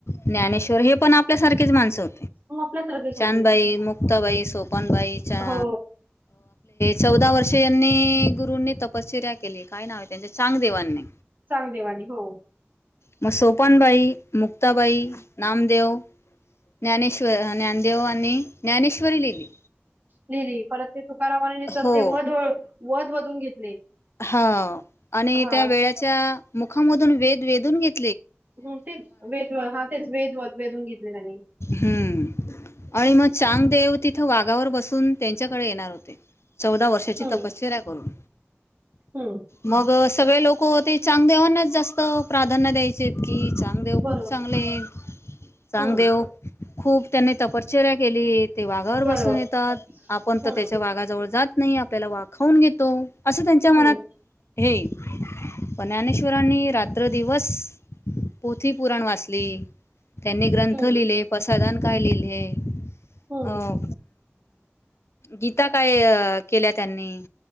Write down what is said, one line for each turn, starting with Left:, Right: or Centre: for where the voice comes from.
Left: ज्ञानेश्वर हे पण आपल्यासारखे माणसं.
Right: मग आपल्यासारखेच
Left: चानबाई
Right: होते
Left: मुक्ताबाई सोपान पण बाईच्या
Right: हो
Left: चौदा वर यांनी गुरूंनी तपश्चर्या केली काय नाव आहे त्यांच चांगदेवांनी
Right: चांगदेवानी हो
Left: मग सोपानबाई मुक्ताबाई नामदेव. ज्ञानेश्वर ज्ञानदेव आणि ज्ञानेश्वरी लिहिली.
Right: लिहली परत ते तुकारामने तर
Left: हो
Right: तेव्हा वधवधुन घेतले.
Left: हा आणि
Right: हा
Left: त्या वेळाच्या मुखामधून वेद वेधून घेत.
Right: ह तेच वेदवळ हा तेच वेदव वेधून घेतले त्यांनी
Left: हम्म. आणि मग चांगदेव तिथं वाघावर बसून त्यांच्याकडे येणार होते. चौदा वर्षाची
Right: हम्म
Left: तपशवीर आहे करून
Right: हम्म
Left: मग सगळे लोकते चांग देवनाच जास्त धन दयचे की चांग देव
Right: बरोबर
Left: खूप चांगले आहे चांग
Right: हम्म
Left: देेव खूप त्यांनी तपश्चर्या केली ते वाघावर
Right: बरोबर
Left: बसून येतात आपण
Right: हम्म
Left: तर त्याच्या वाघाजवळ जात. नाही आपल्याला वाक खाऊन घेतो असं त्यांच्या
Right: हम्म,
Left: मनात हे प ज्ञानेश्वरनीात पत दिवस पोथी पुराण वाचली त्यांनी ग्रंथ
Right: हम्म,
Left: लिहिले. साधण काय लिहिले
Right: हम्म,
Left: अ गीता. काय केल्या त्यांनी